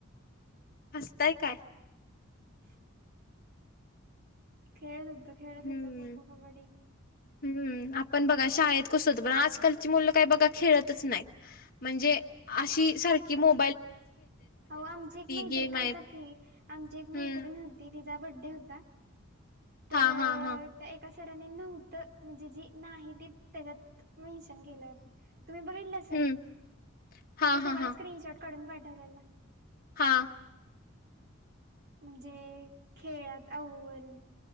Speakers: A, on the left (about 45°); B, on the right (about 50°).
A: हसताय काय
B: <inaudible> खेळत होद्त खेळत
A: हम्म
B: होत खो खो कबड्डी
A: हम्म आपण बघा शाळेत कसं होतं पण आजकाल ची मुलं काय बघा खेळतंच नाय म्हणजे अशी सारखी मो
B: हो आमची एक मैत्रीिण
A: गेम आहे
B: ऐकात आमची एक
A: हम्म
B: मैत्रिण त तिचा बड्डे होता तर
A: हा हा हा
B: तर एका सराने नव्हतं म्हणजे जी नाही ती त्याच्यात मेन्शन केलं होतं तुम्ही बघितलं असेल
A: हम्म हा
B: मी
A: हा
B: तुम्हाला
A: हा
B: स्क्रीनशॉट काढून पाठवलेला
A: हां
B: म्हणजे खेळात अव्वल